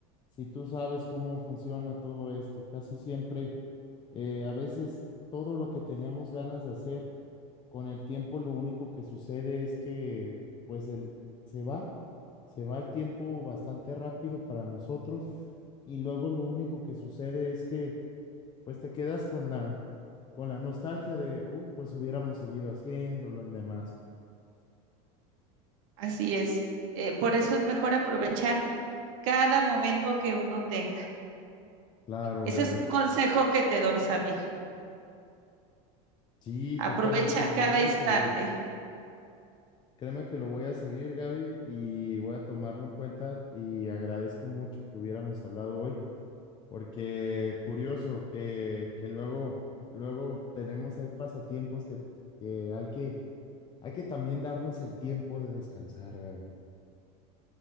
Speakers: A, on the left; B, on the right.
A: si tú sabes cómo funciona todo esto? Casi siempre, eh, a veces todo lo que teníamos ganas de hacer, con el tiempo lo único que sucede es que, pues, el, se va, se va el tiempo bastante rápido para nosotros. Y luego lo único que sucede es que pues te quedas con la, con la nostalgia de, uh, pues hubiéramos seguido haciéndolo en demás.
B: así es. Eh, por eso es mejor aprovechar cada momento que uno tenga.
A: Claro,
B: Ese
A: Gaby.
B: es un consejo que te doy, Samir.
A: Sí, totalmente,
B: Aprovecha
A: lo
B: cada
A: voy a
B: instante.
A: seguir. Créeme que lo voy a seguir, Gaby, y voy a tomarlo en cuenta y agradezco mucho que hubiéramos hablado hoy, porque curioso que, que luego, luego tenemos ahí pasatiempos que, que hay que, hay que también darnos el tiempo de descansar, Gaby.